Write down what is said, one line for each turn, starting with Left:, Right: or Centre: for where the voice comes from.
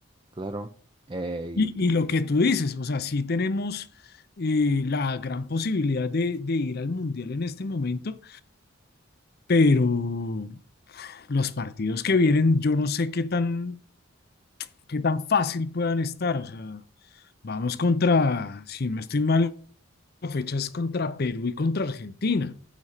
Right: claro. eh,
Left: Y,
Right: y-
Left: y lo que tú dices, o sea, sí tenemos eh, la gran posibilidad de, de ir al Mundial en este momento, pero los partidos que vienen, yo no sé qué tan, qué tan fácil puedan estar. O sea, vamos contra, si no estoy mal, la fecha es contra Perú y contra Argentina.